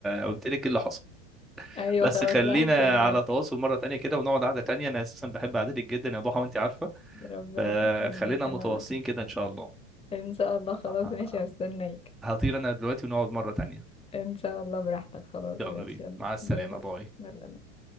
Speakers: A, in the centre; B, on the left.
A: قلت لك إيه اللي حصل
B: ايوه
A: بس
B: خلاص
A: خلينا
B: لا هستناك
A: على تواصل مرة تانية كده ونقعد قعدة تانية أنا أساسا بحب قعدتك جدا يا ضحى وأنت عارفة
B: ربنا
A: فخلينا
B: يخليك
A: متواصلين
B: انا أكتر.
A: كده إن شاء الله
B: ان شاء الله خلاص
A: آه،
B: ماشي هستناك
A: هطير أنا دلوقتي ونقعد مرة تانية
B: ان شاء الله براحتك خلاص
A: يلا
B: ماشي
A: بينا
B: يلا
A: مع السلامة
B: باي باي
A: باي
B: مع السلامة.